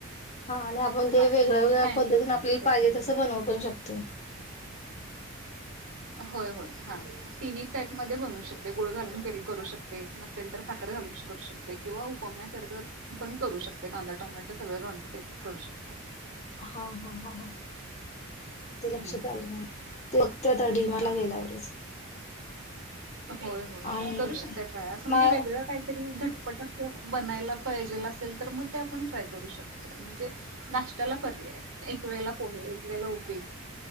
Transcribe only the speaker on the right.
बाकी
काय
नाही आणि
त्याच्यामध्ये
होय होय हा तिनही टाईप मध्ये बनू शकते गुळ घालून करू शकते नसेल तर साखर घालू करू शकते किंवा कोम्यासारखं पण करू शकते कांदा टोमॅट सगळं घालुन करू शकते.
हम्म
हम्म
हा
होय होय
करू शकता ट्राय असं
म्हणजे वेगळं ॅटरी झटपट अस बनायला पाहिजेल असेल तर मग ते आपण ट्राय करू शकते म्हणजे नाश््याला पर्याय एक वेळेला पोहे एक वेळेला उपीट